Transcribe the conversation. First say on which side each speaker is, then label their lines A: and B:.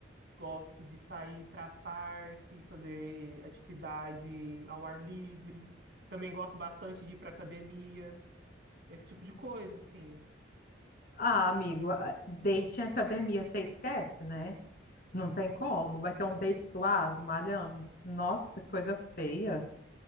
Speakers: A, on the right (about 60°); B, on the left (about 50°).
A: Gosto de sair para parque, fazer atividade ao ar livre. Também gosto bastante de ir para academia, esse tipo de coisa, assim.
B: Ah, amigo, a- date em academia, você esquece, né? Não tem como. Vai ter um date suado, malhando. Nossa, coisa feia.